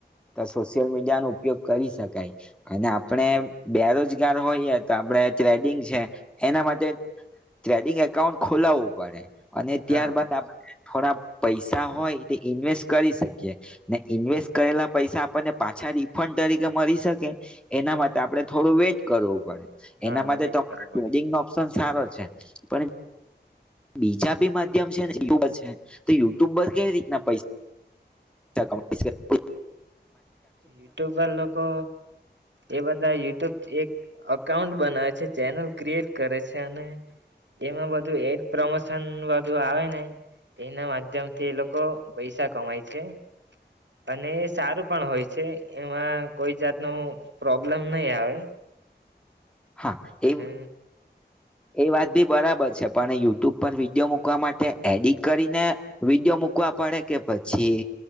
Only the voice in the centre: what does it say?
તો સોશિયલ મીડિયા નો ઉપયોગ કરી શકાય. અને
આપણે. બેરોજગાર હોઈએ તો આપડે ટ્રેડિંગ છે એના માટે ટ્રેડિંગ. એકાઉન્ટ ખોલાવવું પડે. અને ત્યારબાદ
આપણે. થોડા પૈસા હોય તે ઇન્વેસ્ટ કરી શકીએ ને ઈન્વેસ્ટ કરેલા પૈસા આપણને પાછા રિફંડ તરીકે મળી શકે, એના માટે આપણે થોડું વેટ કરવું પડે.
એના માટે
તો
ટ્રેડિંગ
નો ઓપ્શન. સારો છે પણ. બીજા ભી માધ્યમ છે ને યુટુબર છે તો યુટ્યુબર કેવી રીતના પૈસા કમા
હા એ.
એ વાત ભી બરાબર છે પણ યુટ્યુબ પર વિડીયો મૂકવા માટે એડિટ કરીને વિડીયો મુકવા પડે કે પછી